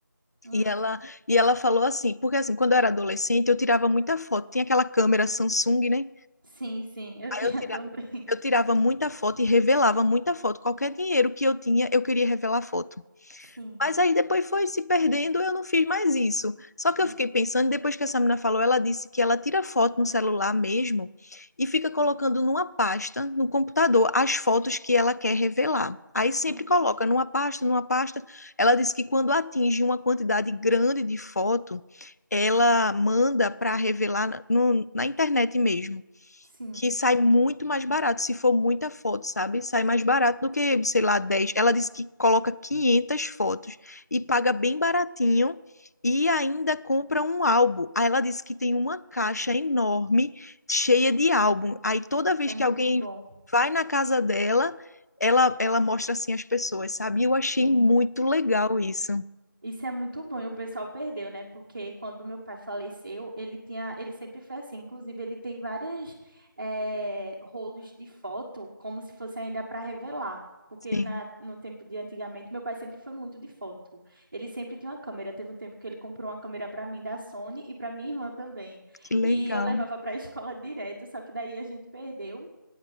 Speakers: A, on the right; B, on the left.
A: hum.
B: E ela, e ela falou assim, porque assim, quando eu era adolescente, eu tirava muita foto. Tinha aquela câmera Samsung, né?
A: Sim, sim, eu
B: Aí
A: <laughs> tinha
B: eu tirava,
A: também.
B: eu tirava muita foto e revelava muita foto. Qualquer dinheiro que eu tinha, eu queria revelar foto.
A: Sim.
B: Mas aí depois foi se perdendo, eu não fiz mais isso. Só que
A: Uhum,
B: eu fiquei pensando, depois que essa menina falou, ela disse que ela tira foto no celular mesmo e fica colocando numa pasta no computador as fotos que ela quer revelar. Aí sempre
A: uhum,
B: coloca numa pasta, numa pasta. Ela disse que quando atinge uma quantidade grande de foto, ela
A: uhum.
B: manda para revelar no- na internet mesmo
A: Sim,
B: que sai muito mais barato, se for muita foto, sabe? Sai mais barato do que, sei lá, 10. Ela disse que coloca 500 fotos e paga bem baratinho e ainda compra um álbum. Aí ela disse que tem uma caixa enorme cheia de álbum. Aí toda
A: isso
B: vez
A: é
B: que
A: muito
B: alguém
A: bom.
B: vai na casa dela, ela ela mostra assim às pessoas, sabe? E eu achei
A: Sim.
B: muito legal isso.
A: Isso é muito bom e o pessoal perdeu, né? Porque quando meu pai faleceu, ele tinha, ele sempre foi assim. Inclusive, ele tem vários eh, rolos de foto, como se fosse ainda para revelar. Porque
B: Sim,
A: na, no tempo de antigamente, meu pai sempre foi muito de foto. Ele sempre tinha uma câmera. Teve um tempo que ele comprou uma câmera para mim da Sony e para minha irmã também.
B: que legal.
A: E eu levava para a <laughs> escola direto, só que daí a gente perdeu.